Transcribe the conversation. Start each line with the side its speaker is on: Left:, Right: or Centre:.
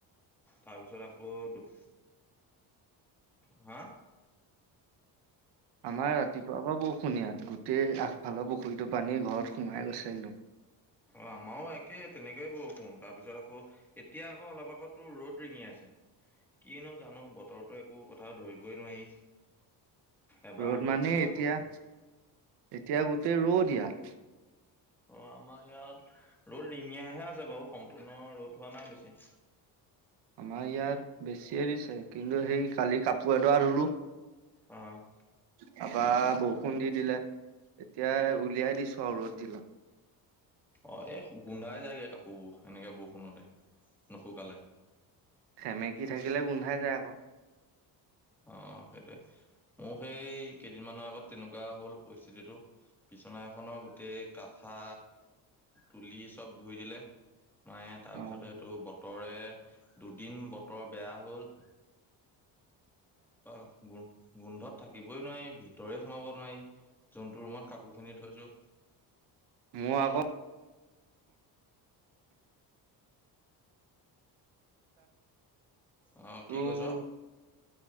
Centre: তাৰপিছত আকৌ দু হা?
Right: আমাৰ ৰাতিপুৱাৰ পৰা বৰষুন ইয়াত। গোটেই আগফালৰ পুখুৰীটোৰ পানী ঘৰত সোমাই গৈছে একদম
Centre: অহ, আমাৰো একে তেনেকয়ে বৰষুণ। তাৰপিছত আকৌ, এতিয়া আকৌ অলপ আগত টোৰ, ৰ'দ ৰিঙিয়াইছে। কিনো জানো, বতৰতোৰ একো কথা ধৰিবই নোৱাৰি এবাৰ
Right: ৰ'দ মানে
Centre: এবাৰ
Right: এতিয়া,
Centre: বৰষুণ।
Right: এতিয়া গোটেই ৰ' দ ইয়াত
Centre: অহ, আমাৰ ইয়াত ৰ'দ ৰিঙিয়াহে আছে বাৰু সম্পূৰ্ণ ৰ'দ হোৱা নাই বেছি।
Right: আমাৰ ইয়াত বেছিয়ে দিছে। কিন্তু সেই কালি কাপোৰ এডৰা ধুলো
Centre: আহ'।
Right: তাৰপৰা বৰষুণ দি দিলে। এতিয়া উলিয়াই দিছো আৰু ৰ'দ দিলত।
Centre: অ, এই গোন্ধাই যায়গে কাপোৰবোৰ এনেকে বৰষুণতে, নুশুকালে।
Right: সমেকী থাকিলে গোন্ধাই যায় আকৌ।
Centre: অ, সেইটোৱে। মোৰ সেই কেইদিনমানৰ আগত তেনেকুৱা হল পৰিস্থিতিটো। বিছনা এখনৰ গোটেই কাঠা, তুলি চব ধুই দিলে মায়ে, তাৰপিছতে
Right: অ',
Centre: টো ব বতৰে দুদিন বতৰ বেয়া হ'ল অ', গুণ গোন্ধত থাকিবই নোৱাৰি ভিতৰে সোমাব নোৱাৰি যোনটো ৰুমত কাপোৰখিনি থৈছো।
Right: মই আকৌ
Centre: অ,
Right: তোৰ
Centre: কি কৈছ?